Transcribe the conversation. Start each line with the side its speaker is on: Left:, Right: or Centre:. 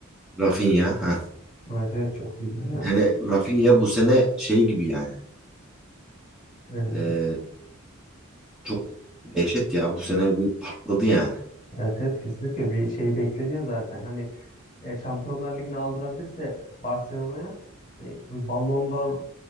Centre: Rafinha. Ha.
Left: Evet evet çok iyiler ya.
Centre: Yani Rafinha bu sene şey gibi yani.
Left: Ee,
Centre: e, Çok dehşet ya. Bu sene bir patladı yani.
Left: Evet, evet kesinlikle bir şey bekleniyor zaten. Hani e, Şampiyonlar Ligi'ni aldırabilirse Barcelona'ya hani bir Ballon d'Or